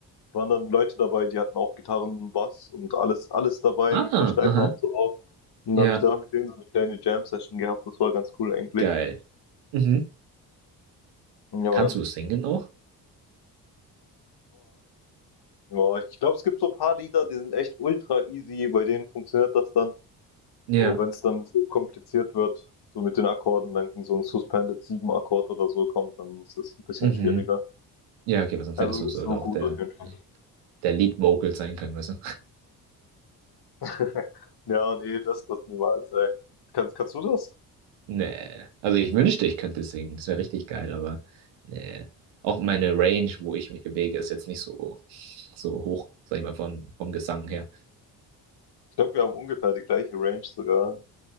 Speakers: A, on the left; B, on the right.
A: waren dann Leute dabei, die hatten auch Gitarren, Bass und alles, alles dabei
B: Ah,
A: mit Verstärker
B: aha.
A: und so auch. Und
B: Ja,
A: dann habe ich da mit denen so eine kleine Jam-Session gehabt, das war ganz cool eigentlich.
B: geil. Mhm.
A: Ja,
B: Kannst
A: Mann.
B: du singen auch?
A: Ja, ich glaube, es gibt so ein paar Lieder, die sind echt ultra easy, bei denen funktioniert das dann.
B: Ja.
A: Aber wenn es dann zu kompliziert wird, so mit den Akkorden, dann so ein Suspended 7 Akkord oder so kommt, dann ist das ein bisschen
B: Mhm.
A: schwieriger.
B: Ja, okay, weil sonst
A: Also
B: hättest
A: nicht
B: du so
A: so
B: auch
A: gut
B: der,
A: auf jeden Fall.
B: der Lead Vocal sein können, weißt du?
A: <laughs> Ja, nee, das, das niemals, ey. Kannst, kannst du das?
B: Nee. Also ich wünschte, ich könnte singen. Das wäre richtig geil, aber nee. Auch meine Range, wo ich mich bewege, ist jetzt nicht so, so hoch, sag ich mal, vom, vom Gesang her.
A: Ich glaube, wir haben ungefähr die gleiche Range sogar.